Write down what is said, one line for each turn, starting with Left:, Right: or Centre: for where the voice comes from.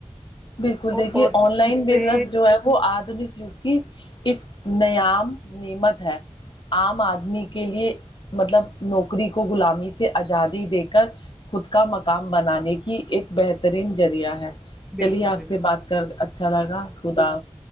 Left: بالکل دیکھیے
Centre: اور
Left: آن لائن
Centre: اس
Left: بزنس
Centre: سے
Left: جو ہے وہ آدمی کیونکہ ایک نیام نعمت ہے عام آدمی کے لیے مطلب نوکری کو غلامی سے آزادی دے کر خود کا مقام بنانے کی ایک بہترین ذریعہ ہے
Centre: بالکل
Left: چلیے آپ
Centre: بالکل
Left: سے بات کر اچھا لگا خدا حافظ